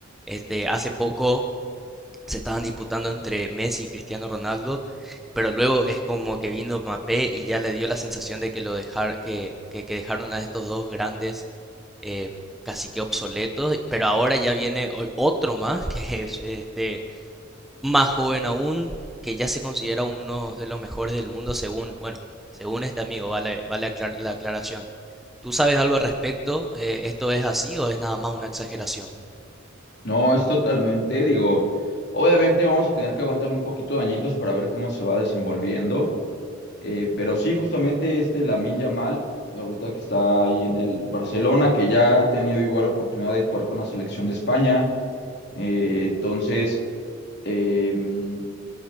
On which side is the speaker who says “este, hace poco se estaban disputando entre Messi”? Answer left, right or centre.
Centre